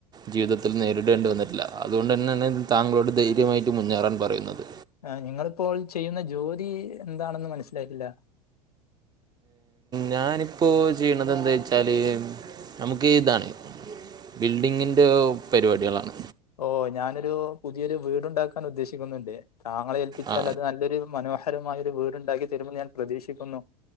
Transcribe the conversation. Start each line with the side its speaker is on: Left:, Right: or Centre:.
Right: ജീവിതത്തിൽ നേരിടേണ്ടി വന്നിട്ടില്ല. അതുകൊണ്ടെന്നേണ് താങ്കളോട് ധൈര്യമായിട്ട് മുന്നേറാൻ പറയുന്നത്.
Left: ആ നിങ്ങളിപ്പോൾ ചെയ്യുന്ന ജോലി എന്താണെന്ന് മനസ്സിലായിട്ടില്ല?
Right: ഞാനിപ്പോ ചെയ്യണതെന്തേച്ചാല് നമുക്ക് താണ് ബിൽഡിങ്ങിന്റെ പരിപാടികളാണ്.
Left: ഓ ഞാനൊരു പുതിയൊരു വീടുണ്ടാക്കാൻ ഉദ്ദേശിക്കുന്നുണ്ട്. താങ്കളെ ഏൽപ്പിച്ചാൽ
Right: ആ,
Left: അത് നല്ലൊരു മനോഹരമായ ഒരു വീടുണ്ടാക്കി തരുമെന്ന് ഞാൻ പ്രതീക്ഷിക്കുന്നു.